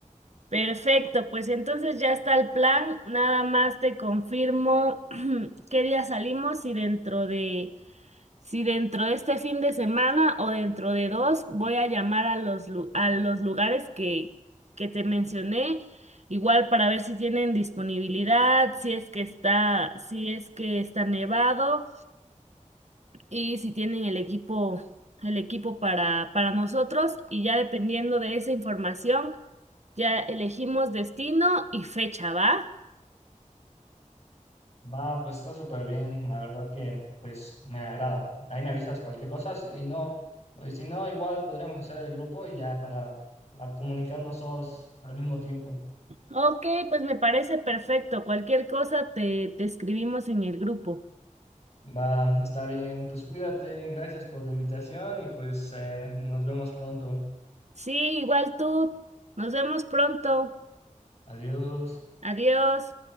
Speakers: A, on the right; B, on the left.
A: Perfecto, pues entonces ya está el plan. Nada más te confirmo <clears throat> qué día salimos y dentro de Si dentro de este fin de semana o dentro de dos voy a llamar a los, lu- a los lugares que, que te mencioné, igual para ver si tienen disponibilidad, si es que está, si es que está nevado y si tienen el equipo, el equipo para, para nosotros. Y ya dependiendo de esa información, ya elegimos destino y fecha, ¿va?
B: Va, pues está súper bien, la verdad que pues me agrada. Ahí me avisas cualquier cosa, si- y no, pues, si no, igual podríamos hacer el grupo y ya para a comunicarnos todos al mismo tiempo.
A: Ok, pues me parece perfecto. Cualquier cosa te, te escribimos en el grupo.
B: Va, está bien, pues cuídate, gracias por la invitación y pues eh, nos vemos pronto.
A: Sí, igual tú. Nos vemos pronto.
B: Adiós.
A: Adiós.